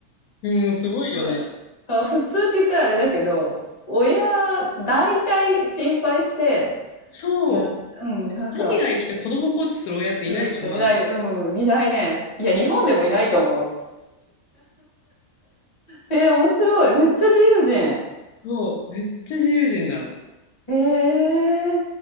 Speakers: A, on the left; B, on the left.
A: うん、すごいよね。
B: うわあ普通って言ったらあれだけど親大体心配して
A: そう。
B: いやうんなんか
A: 海外来て子供放置する親っていないと思わない
B: うるだっていないうんいないねいや日本でもいないと思うえー、面白いめっちゃ自由人
A: そう。めっちゃ自由人なの。
B: えー、